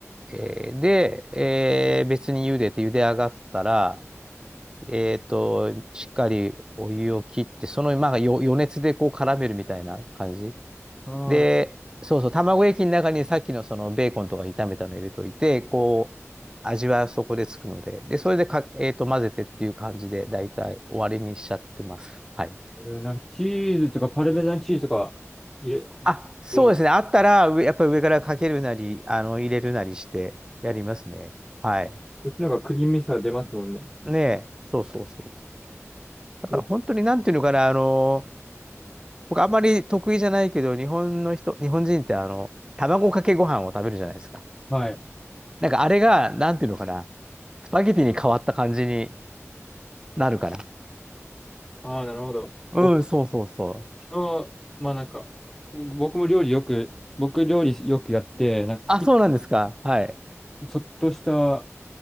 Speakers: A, on the right (about 15°); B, in the centre.
A: えーで、えー別に茹でて茹で上がったら、えっと、しっかりお湯を切って、その、まあ、よ余熱でこう絡めるみたいな感じ。
B: あ
A: で、そうそう、卵液の中にさっきのそのベーコンとか炒めたの入れといて、こう、味はそこでつくので、で、それでか、えっと、混ぜてっていう感じで、だいたい終わりにしちゃってます。はい。
B: あ、なんかチーズとかパルメザンチーズとか入れ、
A: あ、そうですね。
B: 入れる
A: あったら、上やっぱり上からかけるなり、あの、入れるなりしてやりますね。はい。
B: こっちの方がクリーミーさ出ますもんね。
A: ねえ、そうそうそう。だから本当になんていうのかな、
B: お
A: あの、僕あんまり得意じゃないけど、日本の人、日本人ってあの、卵かけご飯を食べるじゃないですか。
B: はい。
A: なんかあれが、なんていうのかな、スパゲティに変わった感じになるから。
B: ああ、なるほど。
A: うん、
B: 僕
A: そうそうそう。
B: の、まあなんか、僕も料理よく、僕料理よくやって、なんか好き、
A: あ、そうなんですか。はい。
B: ちょっとした、